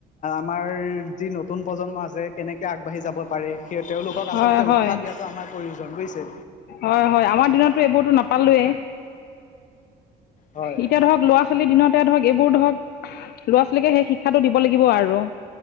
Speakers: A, on the left (about 50°); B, on the left (about 70°).
A: আমাৰ যি নতুন নতুন প্ৰজন্ম আছে কেনেকে আগবাঢ়ি যাব পাৰে সেই তেওঁলোকক
B: হয়
A: আচলতে
B: হয়
A: উৎসাহ দিয়াটো আমাৰ প্ৰয়োজন বুইছে।
B: হয়, হয়। আমাৰ দিনতটো এইবোৰটো নাপালোৱেই।
A: হয়,
B: এতিয়া ধৰক ল'ৰা-ছোৱালীৰ দিনতে ধৰক এইবোৰ ধৰক ল'ৰা-ছোৱালীকে সেই শিক্ষাটো দিব লাগিব আৰু।